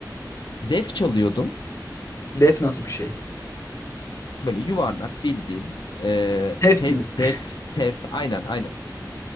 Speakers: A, on the left (about 75°); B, on the left (about 45°).
A: Def çalıyordum.
B: Def nasıl bir şey?
A: Böyle yuvarlak bildiğin. E,
B: Hef
A: tef,
B: gibi. mi?
A: def,
B: <laughs>
A: tef. Aynen aynen.